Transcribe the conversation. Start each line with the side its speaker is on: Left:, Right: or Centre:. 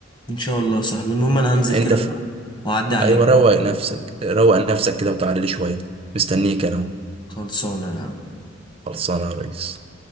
Left: ان شاء الله يا صاحبي المهم انا هنزل
Right: انت
Left: كده
Right: في...
Left: بقى واعدي عليك
Right: ايوه روق نفسك روق نفسك كده وتعالى لي شوية مستنيك انا أهو.
Left: خلصانة يا عم
Right: خلصانه يا ريس